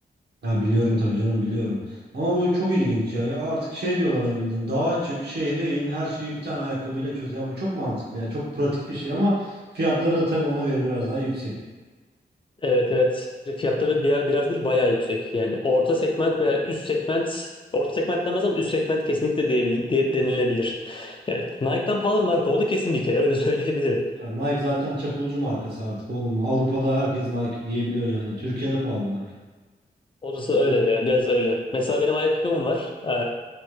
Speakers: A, on the right; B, on the left.
A: Ha, biliyorum tabii canım biliyorum. Ama bu çok ilginç ya. Ya artık şey diyorlar hani bildiğin dağa çık, şehre in, her şeyi bir tane ayakkabıyla çöz. Ya bu çok mantıklı ya. Çok pratik bir şey ama fiyatları da tabii ona göre biraz daha yüksek.
B: Evet evet. Fiyatları bir- biraz değil bayağı yüksek. Yani orta segment veya üst segment orta segment demez ama üst segment kesinlikle diyebil- diye, denilebilir. Yani Nike'dan pahalı bir marka oldu kesin bir kere öyle <laughs> söyleyebilirim.
A: Ya Nike zaten çapulcu markası artık oğlum. Avrupa'da herkes Nike giyebiliyor yani. Türkiye'de pahalı Nike.
B: Orası öyle yani biraz öyle. Mesela benim ayakkabım var. Ee,